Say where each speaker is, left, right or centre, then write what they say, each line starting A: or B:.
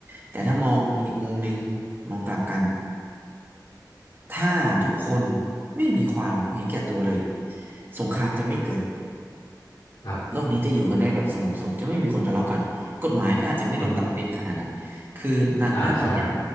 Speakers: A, on the right; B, on the left.
A: แต่ถ้ามองอีกมุมหนึ่งมองกลับกันถ้าทุกคนไม่มีความเห็นแก่ตัวเลยสงครามจะไม่เกิด
B: ครับ
A: โลกนี้จะอยู่กันได้แบบสงบสุขจะไม่มีคนทะเลาะกันกฎหมายก็อาจจะไม่ต้องจำเป็นขนาดนั้นคือณณตอนเนี้ย
B: อือฮึอ่าใช่